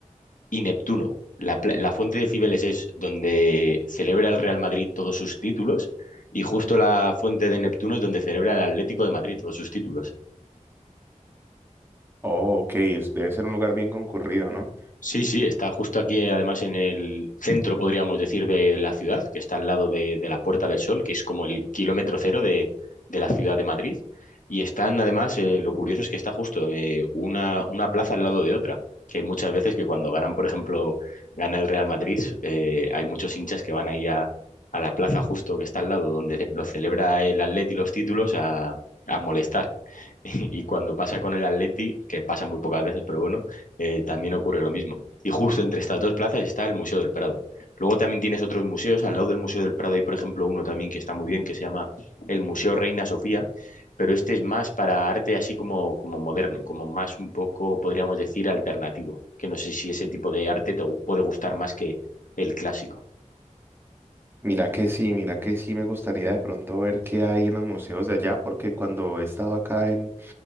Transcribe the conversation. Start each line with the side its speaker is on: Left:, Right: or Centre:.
Left: y Neptuno. La, pla- la fuente de Cibeles es donde celebra el Real Madrid todos sus títulos y justo la fuente de Neptuno es donde celebra el Atlético de Madrid todos sus títulos.
Right: Oh, ok, es- debe ser un lugar bien concurrido, ¿no?
Left: Sí, sí, está justo aquí, eh, además en el centro, podríamos decir, de la ciudad, que está al lado de, de la Puerta del Sol, que es como el kilómetro cero de, de la ciudad de Madrid. Y están, además, eh, lo curioso es que está justo eh, una, una plaza al lado de otra, que hay muchas veces que cuando ganan, por ejemplo, gana el Real Madrid, eh, hay muchos hinchas que van ahí a, a la plaza justo que está al lado, donde lo celebra el Atleti los títulos, a, a molestar. <laughs> Y cuando pasa con el Atleti, que pasa muy pocas veces, pero bueno, eh, también ocurre lo mismo. Y justo entre estas dos plazas está el Museo del Prado. Luego también tienes otros museos. Al lado del Museo del Prado hay, por ejemplo, uno también que está muy bien, que se llama el Museo Reina Sofía, pero este es más para arte así como, como moderno, como más un poco, podríamos decir, alternativo. Que no sé si ese tipo de arte te gu- puede gustar más que el clásico.
Right: Mira que sí, mira que sí, me gustaría de pronto ver qué hay en los museos de allá, porque cuando he estado acá en